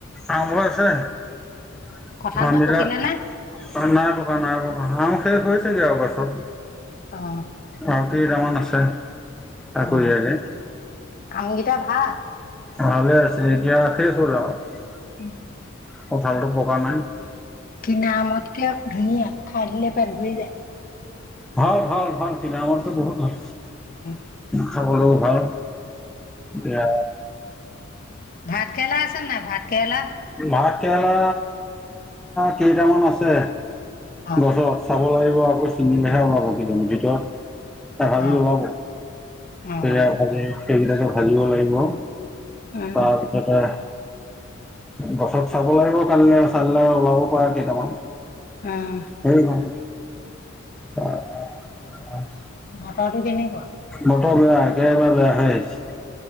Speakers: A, in the centre; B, on the left.
A: আমবোৰ আছে নে নাই?
B: কঁঠালটো
A: আমবিলাক
B: পকিলে
A: -
B: নে?
A: অঁ, নাই পকা, নাই পকা শেষ হৈছেগৈ আৰু পাছত।
B: অঁ।
A: আৰু কেইটামান আছে আকুইীয়াকৈ।
B: অ', আমকেইটা কেইটা ভাল।
A: ভালে আছিলে এতিয়া শেষ হ'ল আৰু।
B: উম।
A: কঁঠালটো পকা নাই।
B: কিনা আমতকে ধুনীয়া, খাই দিলে পেত ভৰি যায়।
A: ভাল, ভাল, ভাল, কিনা আমতকে বহুত ভাল।
B: উম।
A: খাবলৈও ভাল এয়া।
B: ভাত কেৰেলা আছে নাই, ভাত কেৰেলা?
A: ভাত কেৰেলা কেইটামান আছে
B: অ',
A: গছত। চাব লাগিব আকৌ ছিঙিলেহে ওলাব কেইজানি ভিতৰত। এ ভাজি
B: অ',
A: ওলাব?
B: অ',
A: সেয়া ভাজি, সেইকেইটাকে ভাজিব লাগিব।
B: উম,
A: তাৰপিছতে- গছত চাব লাগিব কালিলে চালিলে ওলাব পৰা কেইটামান।
B: উম,
A: সেই নহয়। উম, উম।
B: বতৰ টো কেনেকুৱা?
A: বতৰ বেয়া, একেবাৰে বেয়া হৈ আহিছে।